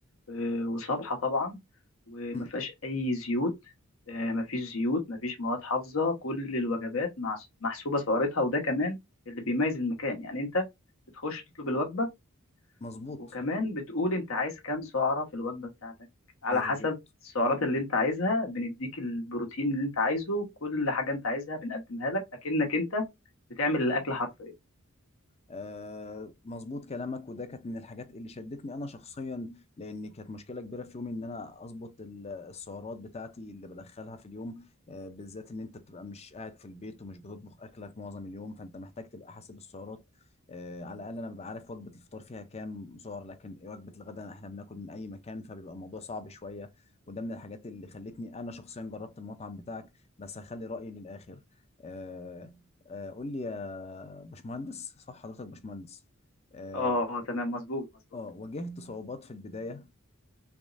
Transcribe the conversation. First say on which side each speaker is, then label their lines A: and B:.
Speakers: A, on the left; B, on the left.
A: آه، وصبحة طبعا وما
B: مم،
A: فيهاش أي زيوت آه، ما فيش زيوت ما فيش مواد حافظة كل الوجبات مع- محسوبة سعرتها وده كمان اللي بيميز المكان يعني أنت بتخش تطلب الوجبة
B: مظبوط
A: وكمان بتقول انت عايز كام سعرة في الوجبة بتاعتك على
B: مظبوط
A: حسب السعرات اللي انت عايزها بنديك البروتين اللي انت عايزه كل حاجة انت عايزها بنقدمها لك اكنك انت بتعمل الاكل حرفيا
B: آه، مظبوط كلامك وده كانت من الحاجات اللي شدتني انا شخصيا لان كانت مشكله كبيره في يومي ان انا اظبط ال- السعرات بتاعتي اللي بدخلها في اليوم آه، بالذات ان انت بتبقى مش قاعد في البيت ومش بتطبخ اكلك معظم اليوم فانت محتاج تبقى حاسب السعرات آه، على الاقل انا ببقى عارف وجبه الفطار فيها كام سعر لكن وجبه الغداء احنا بناكل من اي مكان فبيبقى الموضوع صعب شويه وده من الحاجات اللي خلتني انا شخصيا جربت المطعم بتاعك بس هخلي رايي للاخر آه، آه، قول لي يا باشمهندس صح حضرتك باشمهندس اه
A: اه تمام مظبوط مظبوط
B: آه، واجهت صعوبات في البداية